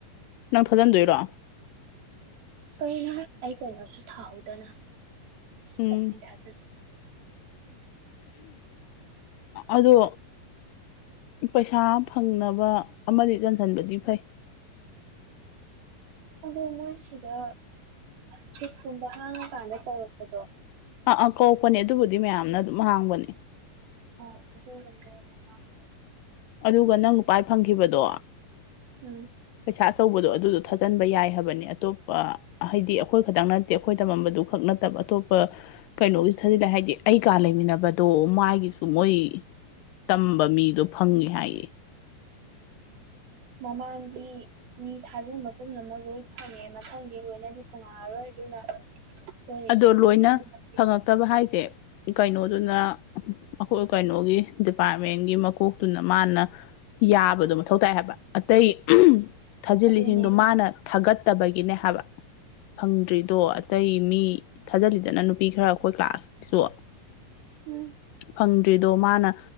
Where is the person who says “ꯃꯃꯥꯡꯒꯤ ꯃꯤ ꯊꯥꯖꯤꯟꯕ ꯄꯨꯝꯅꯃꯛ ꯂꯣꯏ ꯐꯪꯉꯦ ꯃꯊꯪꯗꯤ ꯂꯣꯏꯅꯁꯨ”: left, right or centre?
Right